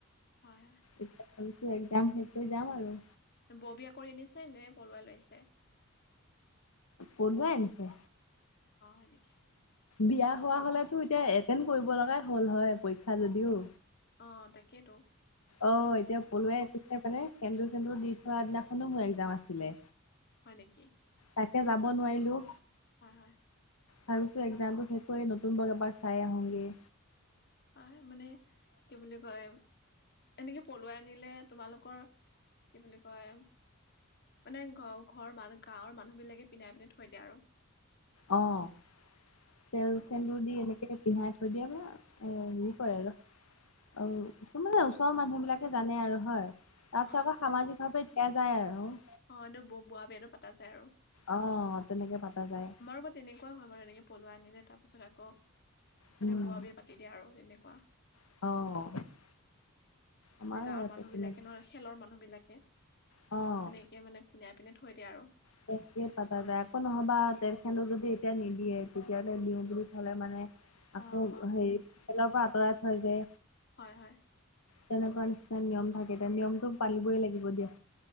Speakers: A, on the left; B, on the left.
A: হয়।
B: একজাম শেষ কৰি যাম আৰু।
A: বৰ বিয়া কৰি আনিছে নে পলুৱাই লৈ আহিছে?
B: পলুৱাই আনিছে।
A: অ', হয় নেকি?
B: বিয়া হোৱা
A: কৰ
B: হলেতো এতিয়া এটেণ্ড কৰিব লগাই হ'ল হয় পৰীক্ষা যদিও।
A: অ', তাকেইেতো।
B: অ', এতিয়া পলোৱাই পিছে মানে সেন্দুৰ চেন্দুৰ দি থোৱা দিনাখনো মোৰ এক্জাম আছিলে।
A: হয় নেকি?
B: তাকে যাব নোৱাৰিলো।
A: হয় হয়।
B: ভাবিছো একজামটো শেষয কৰি নতুন বৌক এবাৰ চাই আহোঁগৈ।
A: হয় মানে কি বুলি কয় এনেকে পলুৱাই আনিলে তোমালোকৰ কি বুলি কয় মানে ঘৰ ঘৰ গাঁৱৰ মানুহ বিলাকে পিন্ধাই পিনে থয়িয় আৰু।
B: অ', তেল
A: অ
B: চেন্দুৰ
A: মানে
B: দি এনে কে পিন্ধাই থৈ দিয়া বা হেৰি কৰে আৰু। অ', কি মানে ওচৰৰ মানুহ বিলাকে জানে আৰু হয়। তাৰ পিছত
A: অ
B: আকৌ
A: হয়
B: সামাজিকভাৱে দিয়া যায় আৰু।
A: অ', এইটো ব বুঢ়া বিয়াটো পতা যায় আৰু।
B: অ', তেনেকে পতা যায়।
A: বাৰোব তেনেকুৱা হয় বাৰু এনেকে পলুৱাই আনিলে তাৰ পিছত আকৌ
B: উম
A: মে বৰ বিয়া পা তি দিয়ে আৰু তেনেকুৱা।
B: অ'। আমাৰ
A: নে গাঁৱৰ
B: ইয়াতে
A: মানুহ
B: তেনেকে
A: বিলাকে নহয় খেলৰ মানুহ বিলাকে।
B: অ'।
A: তেনেকে মানে পিন্ধাই পিনে থৈ দিয়ে আৰু।
B: তেহকে পাতা যায়। আকো নহ'বা তেলখেনো যদি এতিয়া নিদিয়ে, তেতিয়া দিওঁ বুলি থ'লে মানে আকৌ
A: অ অ
B: হেৰি তেলৰ পৰা আঁতৰাই থয় যে
A: হয়, হয়।
B: তেনেকুৱা নিচিনা নিয়ম থাকে। তিয়া নিয়মতটো পালিবই লাগিব দিয়া।